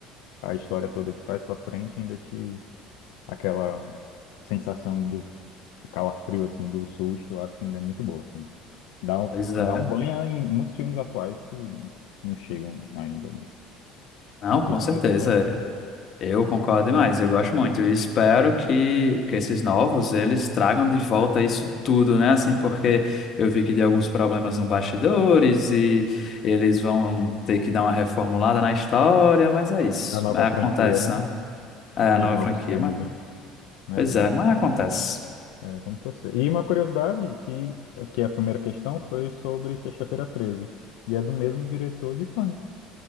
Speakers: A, on the left; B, on the left.
A: a história toda de trás pra frente, ainda te... aquela sensação do do calafrio, assim, do susto, eu acho que ainda é muito boa, assim. Dá, um-
B: Pois é.
A: dá um banho em muitos filmes atuais que não chegam ainda nesse.
B: Não, com
A: Ficam
B: certeza,
A: a desejar.
B: eu concordo demais, eu gosto muito, eu espero que, que esses novos, eles tragam de volta isso tudo, né, assim, porque eu vi que deu alguns problemas no bastidores e eles vão ter que dar uma reformulada na história, mas é isso,
A: A nova
B: é,
A: franquia,
B: acontece,
A: né?
B: né? É,
A: Dos
B: a nova
A: novos
B: franquia,
A: filmes,
B: mano.
A: né? Exato.
B: Pois é, mas acontece.
A: É, vamos torcer. E uma curiosidade, que, que é a primeira questão foi sobre Sexta-feira Treze e é do mesmo diretor de Pânico.